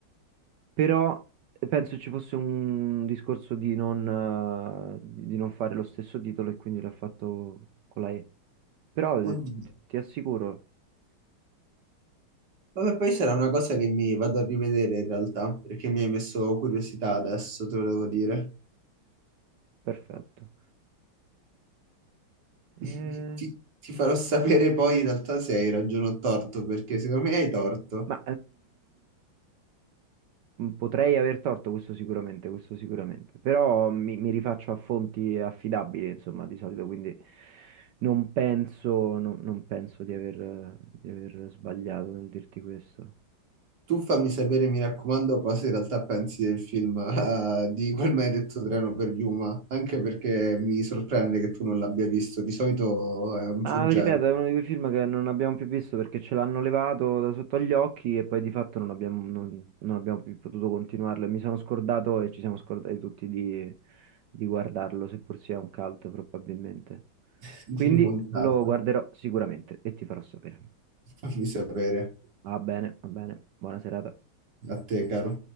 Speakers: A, on the right (about 70°); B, on the right (about 50°).
A: Però eh, penso ci fosse un discorso di non, eh, di di non fare lo stesso titolo e quindi l'ha fatto con la E. Però eh,
B: Oddio.
A: ti, ti assicuro,
B: Vabbè, poi sarà una cosa che mi vado a rivedere in realtà, perché mi hai messo curiosità adesso, te lo devo dire.
A: perfetto.
B: <laughs>
A: Eh,
B: Ti, ti farò sapere poi in realtà se hai ragione o torto, perché secondo me hai torto.
A: ma ehm, potrei aver torto questo sicuramente, questo sicuramente. Però mi, mi rifaccio a fonti affidabili, insomma, di solito, quindi non penso, non non penso di aver, di aver sbagliato nel dirti questo.
B: Tu fammi sapere, mi raccomando, cosa in realtà pensi del film, <laughs> eh, di quel maledetto treno per Yuma, anche perché mi sorprende che tu non l'abbia visto. Di solito eh, è un
A: Ma
B: tuo genere
A: ripeto, è uno di quei film che non abbiamo più visto perché ce l'hanno levato da sotto agli occhi e poi di fatto non abbiamo, non- non abbiamo più potuto continuarlo. E Mi sono scordato e ci siamo scordati tutti di, di guardarlo, seppur sia un cult probabilmente.
B: <laughs>
A: Quindi
B: di rimontarlo.
A: lo guarderò sicuramente e ti farò sapere.
B: Fammi sapere.
A: Va bene, va bene. Buona serata.
B: A te, caro.